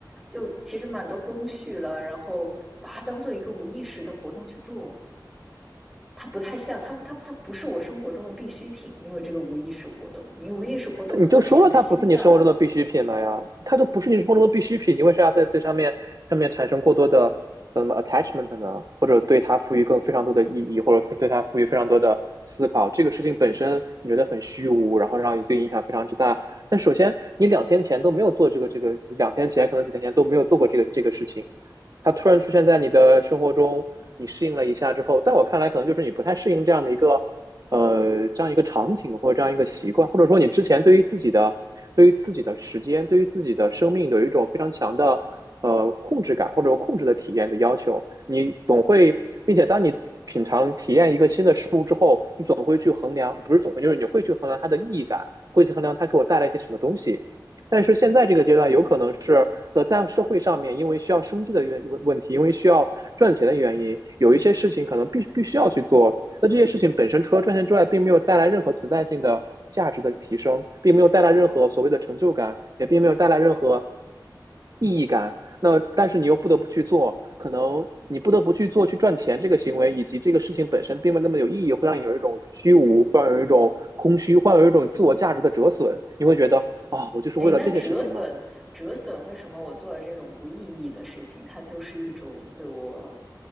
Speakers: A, in the centre; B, on the right.
A: 就其实蛮多工序了，然后把它当做一个无意识的活动去做，它不太像，它它它不是我生活中的必需品，因为这个无意识活动，你无意识活动可能是你的心脏啊，
B: 你就说了它不是你生活中的必需品了呀，它都不是你生活中的必需品，你为啥要在这上面上面产生过多的呃什么 attachment 呢？或者对它赋予更非常多的意义，或者对它赋予非常多的思考？这个事情本身你觉得很虚无，然后让你对影响非常之大。但首先，你两天前都没有做这个这个，你两天前可能几天前都没有做过这个这个事情，它突然出现在你的生活中，你适应了一下之后，在我看来，可能就是你不太适应这样的一个呃这样一个场景或者这样一个习惯，或者说你之前对于自己的对于自己的时间、对于自己的生命有一种非常强的呃控制感或者控制的体验的要求，你总会，并且当你品尝体验一个新的事总会去衡量，不是总会，就是你会去衡量它的意义感，会去衡量它给我带来一些什么东西。但是现在这个阶段，有可能是呃，在社会上面，因为需要生计的原问问题，因为需要赚钱的原因，有一些事情可能必必须要去做。那这些事情本身除了赚钱之外，并没有带来任何存在性的价值的提升，并没有带来任何所谓的成就感，也并没有带来任何意义感。那但是你又不得不去做，可能你不得不去做去赚钱这个行为，以及这个事情本身并没有那么有意义，会让你有一种虚无，会让你有一种空虚，会让你有一种自我价值的折损。你会觉得啊、哦我就是为了这些事情吗？
A: 哎，那折损折损，为什么我做了这种无意义的事情，它就是一种对我